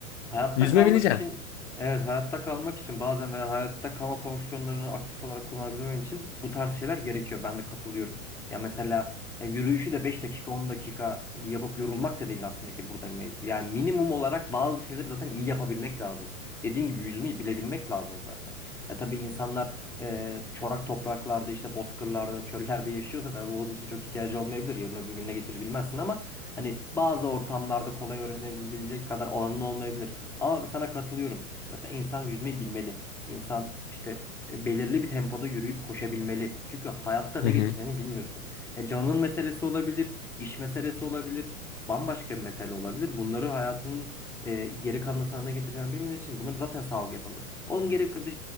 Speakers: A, in the centre; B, on the left.
A: Hayatta
B: Yüzme
A: kalmak
B: bileceksin.
A: için evet hayatta kalmak için bazen veya hayatta kalma fonksiyonlarını aktif olarak kullanabilmen için bu tarz şeyler gerekiyor. Ben de katılıyorum. Ya mesela ya yürüyüşü de 5 dakika 10 dakika yapıp yorulmak da değil aslında ki burada mevzu. Yani minimum olarak bazı şeyleri zaten iyi yapabilmek lazım. Dediğin gibi yüzmeyi bilebilmek lazım zaten. Ya tabii insanlar e, çorak topraklarda işte bozkırlarda çöllerde yaşıyorsa tabii bunun için çok ihtiyacı olmayabilir. Yarın öbür gün ne getirir bilmezsin ama Hani bazı ortamlarda kolay öğrenebilecek kadar olanın olmayabilir. Ama sana katılıyorum. Mesela insan yüzmeyi bilmeli. İnsan işte e, belirli bir tempoda yürüyüp koşabilmeli. Çünkü hayatta ne
B: Hı hı.
A: getireceğini bilmiyorsun. Ya canın meselesi olabilir, iş meselesi olabilir, bambaşka bir mesele olabilir. Bunları hayatının e, geri kalan sana ne getireceğini bilmediğin için bunları zaten sağlık yapamıyor. Onun geri kadı-